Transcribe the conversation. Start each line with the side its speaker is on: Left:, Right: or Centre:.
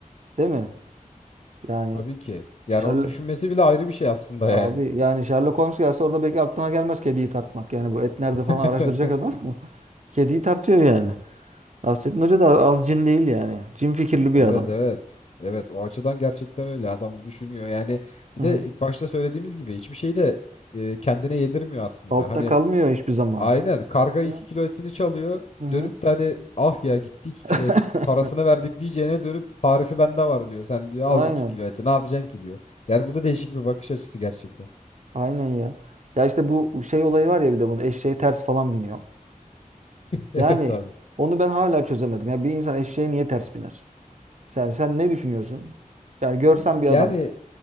Right: değil mi? Yani
Left: Tabii ki. Yani
Right: Sherlock
Left: onu düşünmesi bile ayrı bir şey aslında
Right: abi
Left: yani.
Right: yani Sherlock Holmes gelse orada belki aklına gelmez kediyi tartmak. Yani bu et nerede falan
Left: <laughs>
Right: araştıracak adam mı? <laughs> Kediyi tartıyor yani. Nasrettin Hoca da az cin değil yani. Cin fikirli bir
Left: Evet
Right: adam.
Left: evet. Evet o açıdan gerçekten öyle adam düşünüyor. Yani bir
Right: Hı
Left: de
Right: hı.
Left: ilk başta söylediğimiz gibi hiçbir şey de e, kendine yedirmiyor aslında.
Right: Altta
Left: Hani
Right: kalmıyor hiçbir zaman.
Left: aynen karga iki
Right: Hı?
Left: kilo etini çalıyor.
Right: Hı hı.
Left: Dönüp de hani ah ya gitti 2
Right: <laughs>
Left: kilo et parasını verdik diyeceğine dönüp tarifi bende var diyor. Sen diyor al
Right: Aynen.
Left: 2 kilo eti ne yapacaksın ki diyor. Yani bu da değişik bir bakış açısı gerçekten. <laughs>
Right: Aynen ya. Ya işte bu şey olayı var ya bir de bunun eşeğe ters falan biniyor.
Left: Evet
Right: Yani
Left: abi.
Right: onu ben hala çözemedim. Ya bir insan eşeğe niye ters biner? Yani sen ne düşünüyorsun? Yani görsen
Left: Abi
Right: bir adam
Left: yani